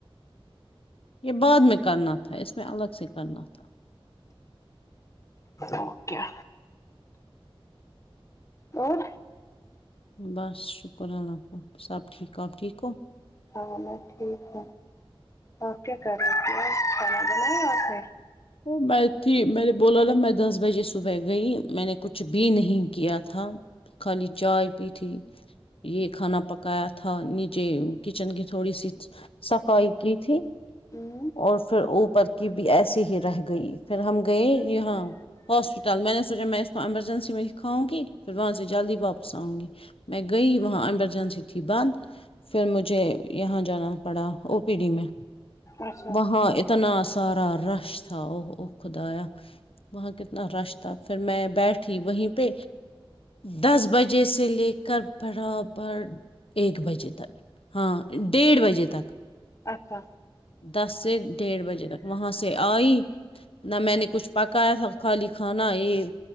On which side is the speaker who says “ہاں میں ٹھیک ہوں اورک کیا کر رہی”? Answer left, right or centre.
Left